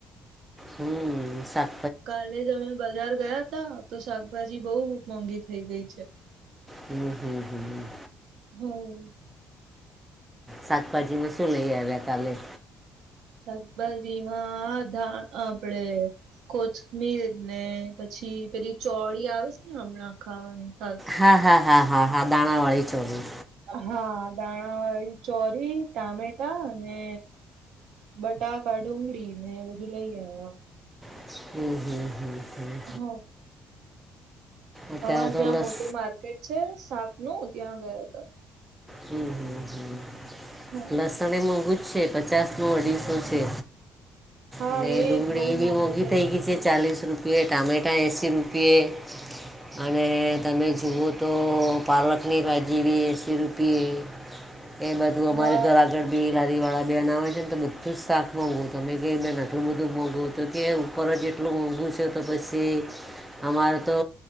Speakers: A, in the centre; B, on the right.
A: હમ સાક
B: કાલે જ અમે બજાર ગયા ત તો શાકભાજી બહુ મોંઘી થઇ ગઈ છે.
A: હમ હમ હમ.
B: હમ.
A: શાકભાજીમાં શું લઈ આવ્યા કાલે.
B: શાકભાજીમાં ધા આપડે. કોથમીર ને પછી પેલી ચોળી આવે છે ને હમણાં ખાવાની ખાસ.
A: હા હા હા હા હા દાણાાવાળી ચોરી.
B: હા દાણા વાળી ચોરી ટામેટા અને બટાકા ડુંગળી ને બધું લઈ આયા.
A: હમ હમ હમ હમ.
B: હ
A: અત્યારે
B: અમારે
A: તો
B: ત્યાં
A: લસ
B: મોટું માર્ગ કે છે સાપ નું ત્યાં ગયો હતો.
A: હમ હમ હ
B: હ
A: લસણ એ મોઘુ. છે પચાસનું અઢીસો છે.
B: હા
A: અને
B: એજ
A: ડુંગળી
B: બહુ
A: બી
B: મોંઘુ
A: મોંઘી થઈ
B: ગયું
A: ગઈ
B: હતું.
A: છે ચાલીસ રૂપિયે ટામેટા એંસીી રૂપિયે. અને તમે જુઓ તો પાલકની ભાજી બી એસી આપીએ એ બાધું અમારે
B: હા
A: ઘર આગળ
B: એજ
A: બી લારીવાળા બેન આવે છે ને તો બધું જ શાક મોઘું તમે જે બે આટલું બધું મોંઘું તો કે ઉપર જ એટલું મોંઘું છે તો પછી અમારે તો